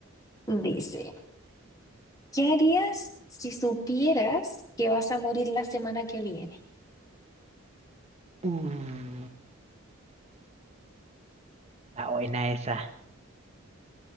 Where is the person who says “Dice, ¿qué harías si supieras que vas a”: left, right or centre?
Left